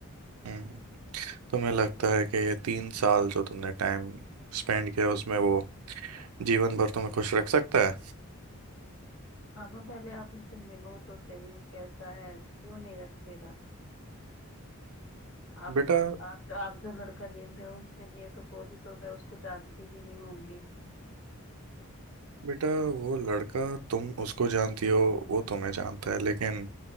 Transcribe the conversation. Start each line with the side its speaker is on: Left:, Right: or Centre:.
Right: हम्म तुम्हें लगता है कि ये तीन साल जो तुमने टाइम स्पेंड किया उसमें वो जीवन भर तुम्हें खुश रख सकता है
Left: पापा पहले आप उससे मिलो तो सही वो कैसा है क्यों नहीं रखेगा आप
Right: बेटा
Left: तो आप आप जो लड़का देख रहे हो उसके लिए तो वो भी तो मैं उसको जानती भी नहीं होंगी
Right: बेटा वो लड़का तुम उसको जानती हो वो तुम्हें जानता है लेकिन